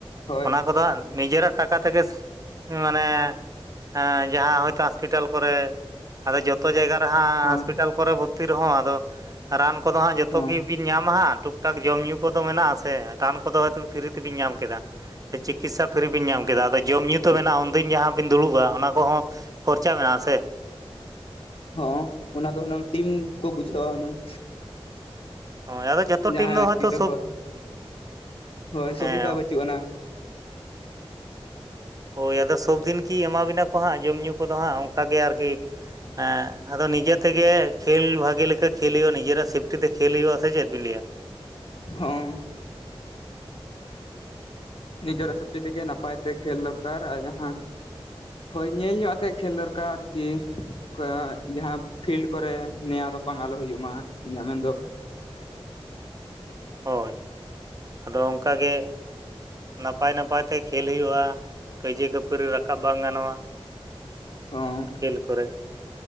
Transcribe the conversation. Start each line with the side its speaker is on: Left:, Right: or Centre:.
Left: ᱦᱳᱭ
Right: ᱚᱱᱟ ᱠᱚᱫᱚ ᱦᱟᱸᱜ ᱱᱤᱡᱮᱨᱟᱜ ᱴᱟᱠᱟ ᱛᱮᱜᱮ ᱢᱟᱱᱮᱸ ᱮᱸ ᱡᱟᱦᱟᱸ ᱦᱚᱭᱛᱳ ᱦᱚᱥᱯᱤᱴᱟᱞ ᱠᱚᱨᱮ ᱟᱫᱚ ᱡᱚᱛᱚ ᱡᱟᱭᱜᱟ ᱨᱮ ᱦᱟᱸᱜ
Left: ᱦᱚᱸ
Right: ᱦᱟᱥᱯᱤᱴᱟᱞ ᱠᱚᱨᱮ ᱵᱷᱚᱨᱛᱤ ᱨᱮᱦᱚᱸ ᱟᱫᱚ ᱨᱟᱱ ᱠᱚᱫᱚ ᱦᱟᱸᱜ ᱡᱚᱛᱚ
Left: ᱦᱚᱸ
Right: ᱜᱤ ᱵᱤ ᱧᱟᱢᱟ ᱦᱟᱸᱜ ᱴᱩᱠ ᱴᱟᱠ ᱡᱚᱢᱼᱧᱩ ᱠᱚᱫᱚ ᱢᱮᱱᱟᱜ-ᱟ ᱥᱮ ᱨᱟᱱ ᱠᱚᱫᱚ ᱦᱚᱭᱛᱳ ᱯᱷᱤᱨᱤ ᱛᱮᱵᱤᱱ ᱧᱟᱢ ᱠᱮᱫᱟ᱾ ᱥᱮ ᱪᱤᱠᱤᱥᱥᱟ ᱯᱷᱤᱨᱤ ᱵᱤᱱ ᱧᱟᱢ ᱠᱮᱫᱟ ᱟᱫᱚ ᱡᱚᱢᱼᱧᱩ ᱛᱚ ᱢᱮᱱᱟᱜᱼᱟ ᱩᱱᱫᱤᱱ ᱡᱟᱦᱟᱸ ᱵᱤᱱ ᱫᱩᱲᱩᱵᱼᱟ ᱚᱱᱟ ᱠᱚᱦᱚᱸ ᱠᱷᱚᱨᱪᱟ ᱢᱮᱱᱟᱜᱼᱟ ᱥᱮ?
Left: ᱦᱚᱸ ᱚᱱᱟ ᱫᱚ ᱦᱩᱱᱟᱹᱝ ᱴᱤᱢ ᱠᱚ ᱵᱩᱡᱷᱟᱹᱣᱟ ᱦᱩᱱᱟᱹᱝ᱾
Right: ᱦᱳᱭ ᱟᱫᱚ ᱡᱚᱛᱚ
Left: ᱡᱟᱦᱟᱸ
Right: ᱴᱤᱢ ᱫᱚ ᱦᱚᱭᱛᱳ
Left: ᱠᱤᱫᱚ
Right: ᱥᱚᱵ
Left: ᱦᱳᱭ, ᱦᱳᱭ ᱥᱩᱵᱤᱫᱟ
Right: ᱦᱮᱸ
Left: ᱵᱟᱹᱪᱩᱜ ᱟᱱᱟ᱾
Right: ᱦᱳᱭ ᱟᱫᱚ ᱥᱚᱵ ᱫᱤᱱ ᱠᱤ ᱮᱢᱟ ᱵᱤᱱᱟ ᱠᱚ ᱦᱟᱸᱜ ᱡᱚᱢᱼᱧᱩ ᱠᱚᱫᱚ ᱦᱟᱸᱜ ᱚᱱᱠᱟ ᱜᱮ ᱟᱨᱠᱤ ᱦᱮᱸ ᱟᱫᱚ ᱱᱤᱡᱮ ᱛᱮᱜᱮ ᱠᱷᱮᱞ ᱵᱷᱟᱜᱮ ᱞᱮᱠᱟ ᱠᱷᱮᱞ ᱦᱩᱭᱩᱜᱼᱟ ᱱᱤᱡᱮᱨᱟᱜ ᱥᱮᱯᱴᱤ ᱛᱮ ᱠᱷᱮᱞ ᱦᱩᱭᱩᱜ-ᱟ ᱥᱮ ᱪᱮᱫ ᱵᱤᱱ ᱞᱮᱭᱟ?
Left: ᱦᱚᱸ᱾ ᱱᱤᱡᱮᱨᱟᱜ ᱥᱮᱯᱴᱤ ᱛᱮᱜᱮ ᱱᱟᱯᱟᱭ ᱛᱮ ᱠᱷᱮᱞ ᱫᱚᱨᱠᱟᱨ ᱟᱨ ᱡᱟᱦᱟᱸ ᱦᱳᱭ ᱧᱮᱞ ᱧᱚᱜ ᱟᱛᱮᱫ ᱠᱷᱮᱞ ᱫᱚᱨᱠᱟᱨ ᱠᱤ ᱟ ᱡᱟᱦᱟᱸ ᱯᱷᱤᱞᱰ ᱠᱚᱨᱮ ᱱᱮᱭᱟ ᱫᱚ ᱵᱟᱝ ᱟᱞᱚ ᱦᱩᱭᱩᱜ ᱢᱟ ᱤᱧᱟᱹᱜ ᱢᱮᱱᱫᱚ᱾
Right: ᱦᱳᱭ, ᱟᱫᱚ ᱚᱝᱠᱟ ᱜᱮ ᱱᱟᱯᱟᱭ ᱱᱟᱯᱟᱭ ᱛᱮ ᱠᱷᱮᱞ ᱦᱩᱭᱩᱜᱼᱟ, ᱠᱟᱹᱭᱡᱟᱹ ᱠᱷᱟᱹᱯᱟᱹᱨᱤ ᱨᱟᱠᱟᱵ ᱵᱟᱝ ᱜᱟᱱᱚᱜᱼᱟ᱾
Left: ᱦᱚᱸ
Right: ᱠᱷᱮᱞ ᱠᱚᱨᱮ